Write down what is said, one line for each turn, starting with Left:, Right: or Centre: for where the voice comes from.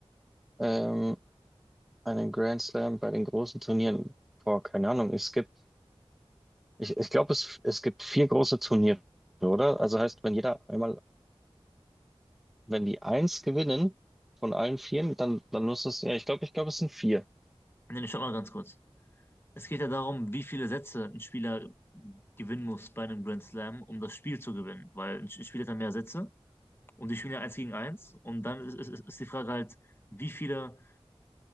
Centre: Ähm, einen Grand Slam bei den großen Turnieren, boah, keine Ahnung. Es gibt, ich, ich glaube, es, es gibt vier große Turniere, oder? Also heißt, wenn jeder einmal, wenn die eins gewinnen von allen vieren, dann, dann muss es, ja, ich glaube, ich glaube, es sind vier.
Left: Nee, nee, stopp mal ganz kurz. Es geht ja darum, wie viele Sätze ein Spieler gewinnen muss bei einem Grand Slam, um das Spiel zu gewinnen. Weil ein Spieler hat ja mehr Sätze und die spielen ja eins gegen eins. Und dann ist, ist, ist die Frage halt, wie viele